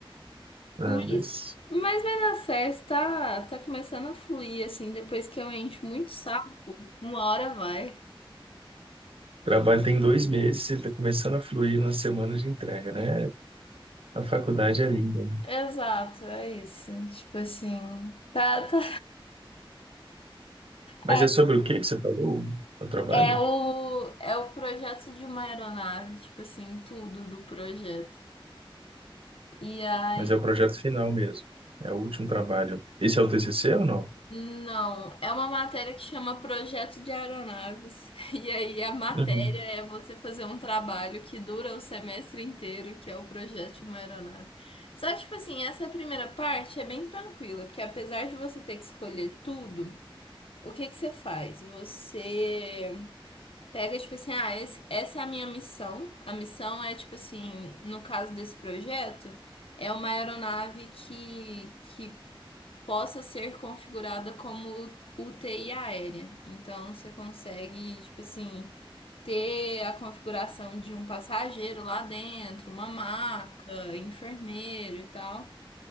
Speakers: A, on the right; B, on the left.
A: Ah,
B: Mas,
A: mas
B: mas vai dar certo, tá, tá começando a fluir, assim, depois que eu encho muito saco, uma hora vai.
A: o trabalho tem dois meses, ele está começando a fluir na semana de entrega, né? A faculdade é linda, né?
B: É, exato, é isso. Tipo assim, tá, tá.
A: Mas
B: Ai,
A: é sobre o que que você falou, o trabalho?
B: É o, é o projeto de uma aeronave, tipo assim, tudo do projeto. E aí.
A: Mas é o projeto final mesmo. É o último trabalho. Esse é o TCC ou não?
B: Não, é uma matéria que chama Projeto de Aeronaves. <laughs> E aí a matéria
A: Uhum.
B: é você fazer um trabalho que dura o semestre inteiro, que é o projeto de uma aeronave. Só que, tipo assim, essa primeira parte é bem tranquila, porque apesar de você ter que escolher tudo, o que que você faz? Você pega, tipo assim, ah, esse- essa é a minha missão. A missão é, tipo assim, no caso desse projeto, é uma aeronave que, que possa ser configurada como UTI aérea. Então você consegue, tipo assim, ter a configuração de um passageiro lá dentro, uma maca, enfermeiro e tal.